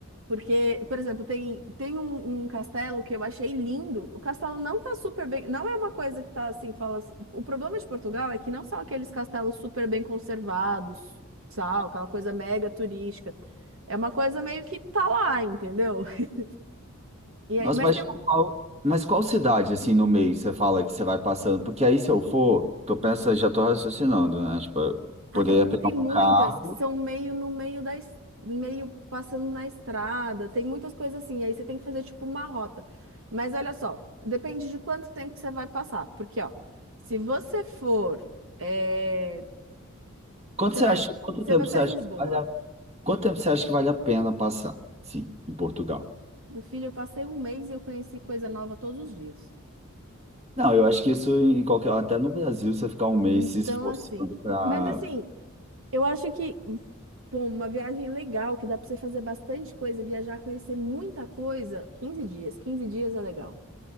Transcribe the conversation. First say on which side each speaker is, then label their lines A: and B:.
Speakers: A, on the right; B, on the right.
A: Porque, por exemplo, tem, tem um, um castelo que eu achei lindo. O castelo não tá super bem. Não é uma coisa que tá assim, fala assim. O problema de Portugal é que não são aqueles castelos super bem conservados, sabe? Aquela coisa mega turística. É uma coisa meio que tá lá, entendeu? <laughs> E aí,
B: Nossa,
A: mas
B: mas
A: tem
B: tipo,
A: um,
B: qual, mas qual cidade, assim, no meio você fala que você vai passando? Porque aí, se eu for, tô pensando, já tô raciocinando, né? Tipo, eu
A: Ah,
B: poderia
A: é porque
B: pegar
A: tem
B: um
A: muitas
B: carro.
A: que são meio no meio da es- meio passando na estrada, tem muitas coisas assim, aí você tem que fazer tipo uma rota. Mas olha só, depende de quanto tempo que você vai passar, porque ó, se você for, eh,
B: Quanto
A: você
B: você
A: vai,
B: acha? Quanto
A: você
B: tempo
A: vai para
B: você acha
A: Lisboa.
B: que vale Quanto tempo você acha que vale a pena passar? Sim, em Portugal.
A: Meu filho, eu passei um mês e eu conheci coisa nova todos os dias.
B: Não, eu acho que isso em qualquer, até no Brasil, você ficar um mês
A: Então
B: se esforçando
A: assim,
B: para
A: mas assim, eu acho que Bom, uma viagem legal, que dá para você fazer bastante coisa, viajar, conhecer muita coisa, Quinze dias. quinze dias é legal.